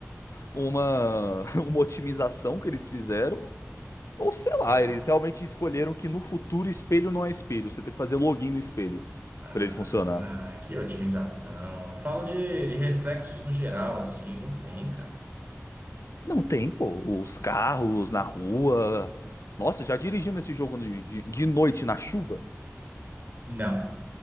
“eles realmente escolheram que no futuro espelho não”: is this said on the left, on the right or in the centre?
Left